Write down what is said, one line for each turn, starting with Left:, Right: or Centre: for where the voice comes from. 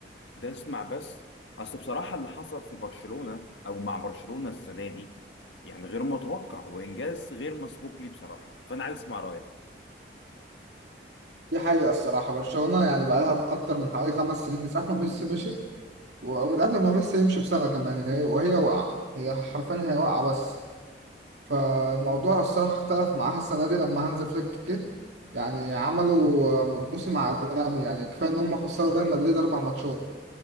Left: اسمع بس اصل بصراحة اللي حصل في برشلونة او مع برشلونة السنة دي يعني غير متوقع وانجاز غير مسبوق لي بصراحة فانا عايز اسمع
Right: دي حقيقة الصراحة برشلونة يعني بقى لها أكتر من حوالي خمس سنين من ساعة ما ميسي مشي ومن قبل ما ميسي يمشي بسنة كمان هي وهي واقعة هي حرفيا هي واقعة بس فالموضوع الصراحة اختلف معاها السنة دي لما هانز فليك جه يعني عملوا موسم عالمي يعني كفاية إن هم خسروا ريال مدريد أربع ماتشات